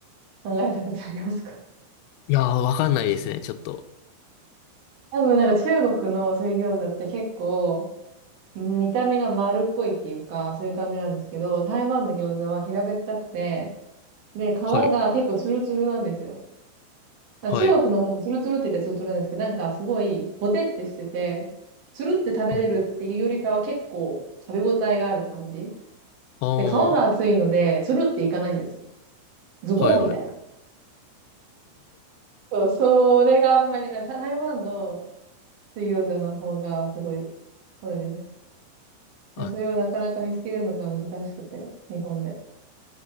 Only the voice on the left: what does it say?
いやー、わかんないですね、ちょっと。
はい。
はい。
ああー、
はいはい。
あ